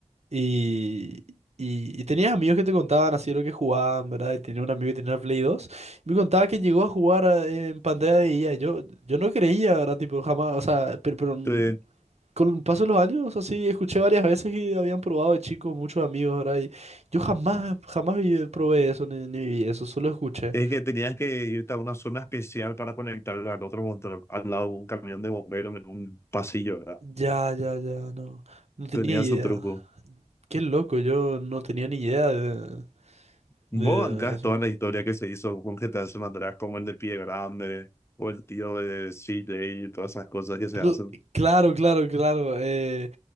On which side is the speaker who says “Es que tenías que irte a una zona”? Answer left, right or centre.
Left